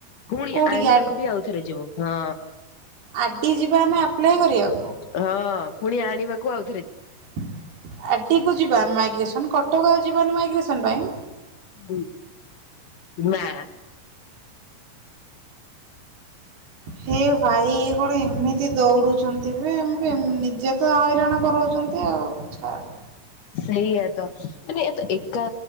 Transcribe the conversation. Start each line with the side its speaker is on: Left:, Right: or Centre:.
Left: ପୁଣି
Right: କୋଉଠିକି
Left: ଆଣିବାକୁ ବି ଆଉଥରେ ଯିବୁ ହଁ।
Right: ଆଟି ଯିବା ଆମେ ଆପ୍ଲାଏ କରିବାକୁ।
Left: ହଁ ପୁଣି ଆଣିବାକୁ ଆଉ
Right: ଆର ଟିକୁୁ ଯିବା ମାଇଗ୍ରେସନ୍ କଟକ ଯିବାନି ମାଇଗ୍ରେସନ ପାଇଁ।
Left: ଉ ନା।
Right: ହେ ଭାଇ ଇଏ କଣ ଏମିତି ଦୌଡୁଛନ୍ତି। ଏବେ ଆମକୁ ଏ ନିଜେ ତ ହଇରାଣ କରଉଛନ୍ତି ଆଉ ଛାଡ଼।
Left: ସେଇଆ ତ ମାନେ ଏ-ଏକା